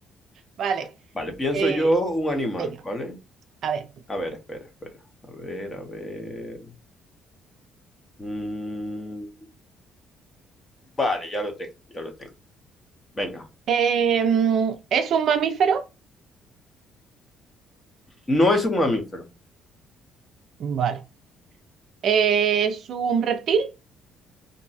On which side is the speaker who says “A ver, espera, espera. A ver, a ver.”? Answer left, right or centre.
Left